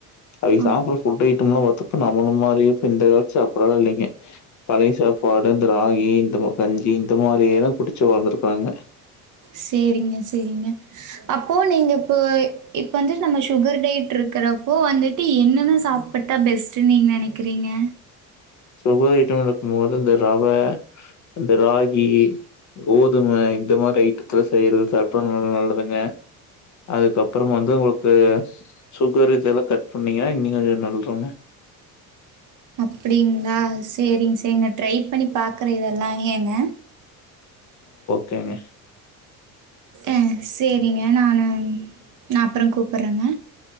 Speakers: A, on the left; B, on the right.
A: அவைங்க
B: அப்
A: சாப்புட்ற ஃபுட் ஐட்டம்லா வொர் இப்ப நம்மளு மாறியு இப்ப இந்த காலத்து சாப்டலா இல்லிங் பழை சாப்பாட் இந்த ராகி இந்த கஞ்சி இந்த மாரியேதா குடிச்சு வளர்ந்திருக்காங்க
B: சேரிங்க சேரிங்க அப்போ நீங்க இப்ப இப்ப வந்துட்டு நம்ம சுகர் டயட் இருக்குறப்போ வந்துட்டு என்னென்ன சாப்புட்டா பெஸ்ட்டுன் நீங்க நெனக்கிறீங்க
A: சுகர் ஐட்டம் எடுக்கும்போது இந்த ரவ இந்த ராகி கோதும இந்த மாரி ஐட்டத்துல செய்யிற சாப்ட்டல நல்லதுங்க அதுக்கப்புறோ வந்து உங்களுக்கு சுகர் இதெல்லா கட் பண்ணீங்கன்னா இன்னி நல்றுங்க
B: அப்டிங்களா சேரிங் சேரிங் நா ட்ரை பண்ணி பாக்ற இதல்லா ஏங்க
A: கேங்க
B: அ சேரிங்க நானு நா அப்பற கூப்பற்றங்க